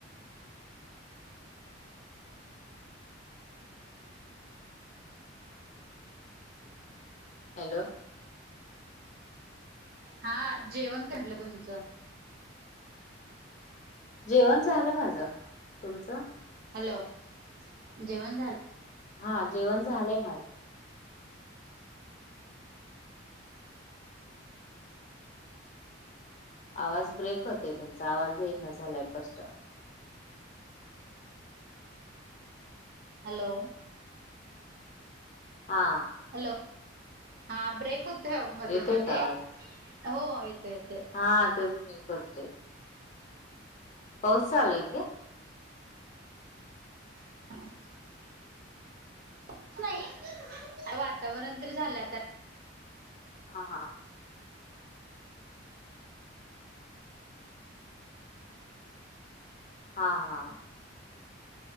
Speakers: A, on the left (about 40°); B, on the right (about 50°).
A: हॅलो.
B: हा जेवण करल तुमच.?
A: जेवण झाल माझ. तुमच?
B: हॅलो. जेवण झाल?
A: हा जेवण झालय माझ. आवाज ब्रेक होतोय तुमचा आवाज येईना झालाय स्पष्ट.
B: हॅलो.
A: हा
B: हॅलो हा ब्रेक होतोय अहो मध्ये
A: येतोय
B: मध्ये
A: का आवाज
B: हो येतोय येतोय.
A: हा तेच ब्रेक होतोय. पाऊस चालूय काय?
B: <inaudible> येत नाही वातावरण तर झालय आता.
A: हा हा हा हा